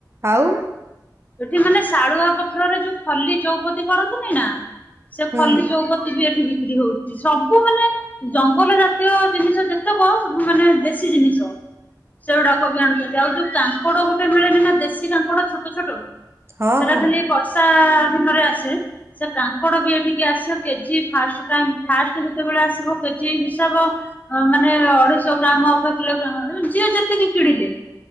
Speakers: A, on the right (about 35°); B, on the left (about 20°).
A: ଆଉ।
B: ଏଠି ମାନେ ଶାଳୁଆ ପତ୍ରରେ ଯୋଉ ଖଲି ଚଉପତି କରନ୍ତିନି ନା? ସେ
A: ହୁଁ
B: ଖଲି ଚୌପତି ବି ଏଠି ବିକ୍ରି ହଉ ସବୁ ମାନେ ଜଙ୍ଗଲ ଜାତୀୟ ଜିନିଷ ଯେତେକ ସବୁ ମାନେ ଦେଶୀ ଜିନିଷ। ସେଉଡାକ ବି ଆଣୁଚନ୍ତି। ଆଉ ଯୋଉ କାଙ୍କଡ ଗୋଟେ ମିଳେନି ନା ଦେଶୀ କାଙ୍କଡ ଛୋଟ ଛୋଟ
A: ହଁ
B: ସେଟା
A: ହଁ
B: ଖାଲି ବର୍ଷା ଦିନରେ ଆସେ। ସେ କାଙ୍କଡ ବି ଏଠିକି ଆସେ କେଜି ଫାଷ୍ଟ କାଙ୍କ୍ ଫାଷ୍ଟ ଯେତେବେଳେ ଆସିବ କେଜି ହିସାବ ଅ, ମାନେ ଅଢ଼େଇଶ ଗ୍ରାମ ଅଧ କିଲୋଗ୍ରା ଯିଏ ଯେତିକି କିଣିଲେ।